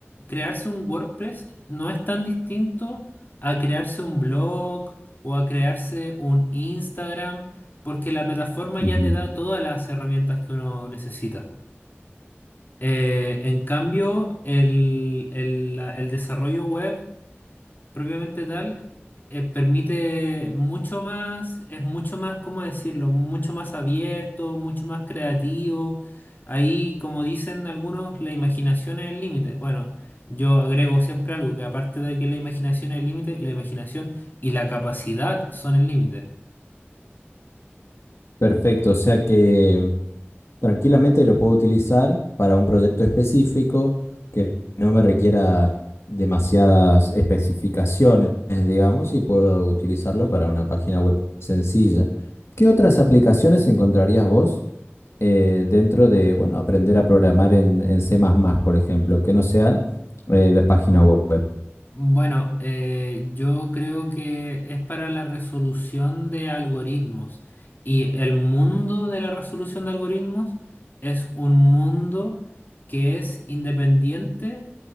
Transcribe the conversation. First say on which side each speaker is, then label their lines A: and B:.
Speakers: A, on the left (about 45°); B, on the left (about 80°).
A: crearse un WordPress no es tan distinto a crearse un blog o a crearse un Instagram, porque la plataforma
B: Ujú.
A: ya te da todas las herramientas que uno necesita. Eh, en cambio, el, el- la- el desarrollo web propiamente tal eh, permite mucho más, es mucho más, ¿cómo decirlo? Mucho más abierto, mucho más creativo. Ahí, como dicen algunos, la imaginación es el límite. Bueno, yo agrego siempre algo, que aparte de que la imaginación es el límite, la imaginación y la capacidad son el límite.
B: Perfecto, o sea que Tranquilamente lo puedo utilizar para un proyecto específico que no me requiera demasiadas especificaciones, digamos, y puedo utilizarlo para una página web sencilla. ¿Qué otras aplicaciones encontrarías vos eh, dentro de, bueno, aprender a programar en, en C++, por ejemplo, que no sea eh, de página web?
A: Bueno, eh, yo creo que es para la resolución de algoritmos y el mundo de la resolución de algoritmos es un mundo que es independiente